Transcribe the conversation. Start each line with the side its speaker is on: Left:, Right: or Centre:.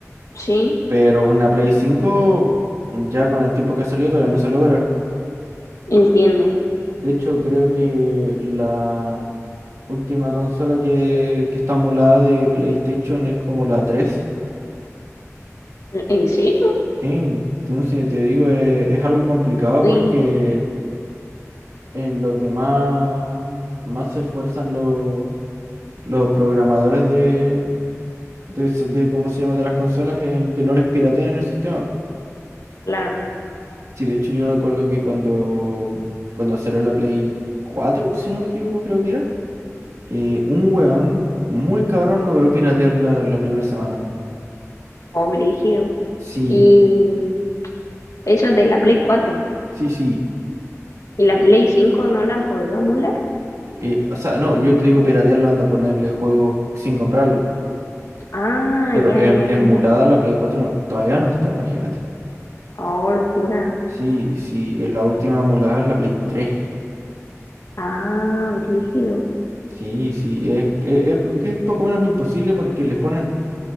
Left: Sí,
Right: Pero una Play 5, ya con el tiempo que ha salido, todavía no se logra.
Left: entiendo.
Right: De hecho, creo que la última consola que, que está emulada de PlayStation es como la tres
Left: ¿En en serio?
Right: Sí, sí, si te digo, eh, es, algo complicado
Left: Uy,
Right: porque en lo que más, más se esfuerzan los, los programadores de, de, eso- de cómo se llama de las consolas en que no les pirateen el sistema.
Left: claro,
Right: Sí, de hecho yo recuerdo que cuando, cuando salió la Play cuatro si no me equivoco, creo que era. eh, un weón muy cabrón logró piratear la, la primera semana.
Left: oh, brígido.
Right: Sí,
Left: Y eso es de la Play cuatro
Right: sí, sí.
Left: ¿Y la Play cinco no la han podido emular?
Right: Eh, o sea, no, yo te digo piratearla, anda a ponerle juegos sin comprarlos.
Left: Ah,
Right: Pero
Left: ya,
Right: em-
Left: ya,
Right: emulada
Left: ya.
Right: la Play cuatro no- todavía no está, imagínate.
Left: Oh, locura.
Right: Sí, sí, en la última emulada es la Play tres
Left: Ah, brígido.
Right: Sí, sí, es, que es que es poco menos imposible porque les ponen